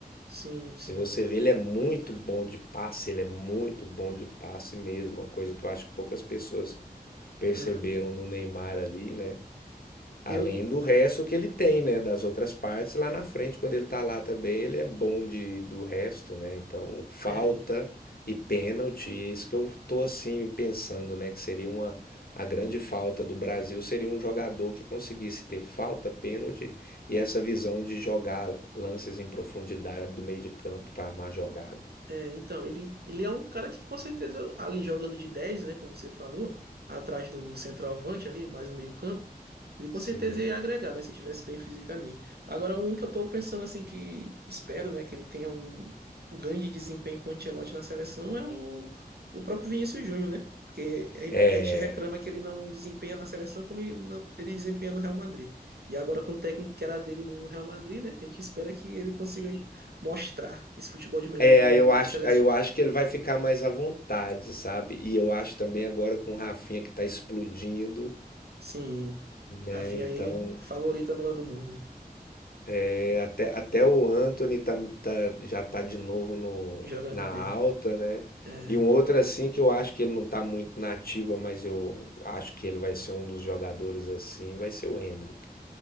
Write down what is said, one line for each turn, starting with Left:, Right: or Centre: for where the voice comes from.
Right: sim, sim.
Left: Se você vê, ele é muito bom de passe, ele é muito bom de passe mesmo, uma coisa que eu acho que poucas pessoas perceberam
Right: Ah,
Left: no Neymar ali, né? Além
Right: eu.
Left: do resto que ele tem, né, das outras partes lá na frente, quando ele tá lá também, ele é bom de, do resto, né? Então, falta
Right: É,
Left: e pênalti, é isso que eu tô assim pensando, né, que seria uma a grande falta do Brasil seria um jogador que conseguisse ter falta, pênalti e essa visão de jogar lances em profundidade do meio de campo para armar jogada.
Right: é, então, ele, ele é um cara que com certeza eu- ali jogando de dez né? Como você falou, atrás do centroavante ali, mais no meio-campo, ele com
Left: Sim.
Right: certeza ia agregar, né? Se tivesse bem fisicamente. Agora, um que eu tô pensando assim, que espero, né, que ele tenha um grande desempenho com o Ancelotti na seleção é o, o próprio Vinícius Júnior, né? Porque é,
Left: É,
Right: a gente reclama que ele não desempenha na seleção como ele, não- ele desempenha no Real Madrid. E agora com o técnico que era dele no Real Madrid, né? A gente espera que ele consiga mostrar esse futebol de melhor
Left: É,
Right: do mundo
Left: aí eu
Right: na
Left: acho,
Right: seleção.
Left: aí eu acho que ele vai ficar mais à vontade, sabe? E eu acho também agora com o Rafinha que tá explodindo,
Right: Sim,
Left: né?
Right: Rafinha
Left: Então,
Right: aí, favorito a melhor do mundo, né?
Left: é, até, até o Anthony tá, tá- já tá de novo no,
Right: jogando
Left: na alta,
Right: bem.
Left: né?
Right: É,
Left: E um outro assim que eu acho que ele não tá muito na ativa, mas eu acho que ele vai ser um dos jogadores assim, vai ser o Hendrick.